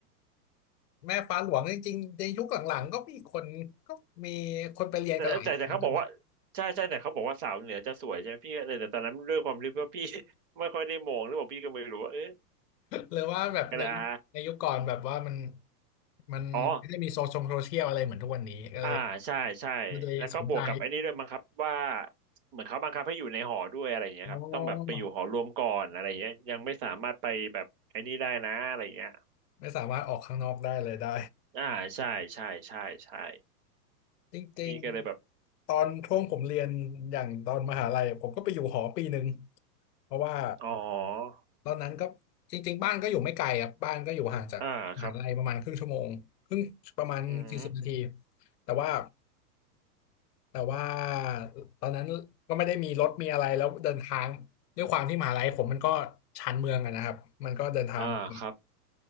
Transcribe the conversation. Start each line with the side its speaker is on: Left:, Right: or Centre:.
Left: แม่ฟ้าหลวงจริงๆในยุคหลังๆก็มีคนก็มีคนไปเรียนกันหลายคนนะ
Right: แต่แต่แต่เขาบอกว่าใช่ใช่แต่เขาบอกว่าสาวเหนือจะสวยใช่ไหมพี่เลยแต่ตอนนั้นด้วยความที่ว่าพี่ <laughs> ไม่ค่อยได้มองหรือเ่าพี่ก็ไม่รู้ว่าเอ๊ะ
Left: หรือว่าแบบในยุคในยุคก่อนแบบว่ามัน
Right: กระดา
Left: มันไม่ได้มีโซเชงโซเชียลอะไรเหมือนทุกวันนี้ก็เลย
Right: อ๋ออ่าใช่ใช่แล้วก็บวกกับไอ้นี่ด้วยมั้งครับว่า
Left: ไม่ได้สนใจ
Right: เหมือนเขาบังคับให้อยู่ในหอด้วยอะไรอย่างเงี้ยครับต้องแบบไปอยู่หอรวมก่อนอะไรอย่างเงี้ยยังไม่สามารถไปแบบไอ้นี่ได้นะอะไรอย่างเงี้ย
Left: โอ้ไม่สามารถออกข้างนอกได้เลยได้
Right: อ่าใช่ใช่ใช่ใช่
Left: จริงๆตอนช่วงผมเรียนอย่างตอนมหาลัยผมก็ไปอยู่หอปีหนึ่ง
Right: พี่ก็เลยแบบ
Left: เพราะว่า
Right: อ๋อ
Left: ตอนนั้นก็จริงๆบ้านก็อยู่ไม่ไกลครับบ้านก็อยู่ห่างจากมหาลัยประมาณครึ่งชั่วโมงครึ่งประมาณสี่สิบนาที
Right: อ่าครับอืม
Left: แต่ว่าแต่ว่าตอนนั้นก็ไม่ได้มีรถมีอะไรแล้วเดินทางด้วยความที่มหาลัยผมมันก็ชานเมืองอะนะครับมันก็เดินทางลำบาก
Right: อ่าครับ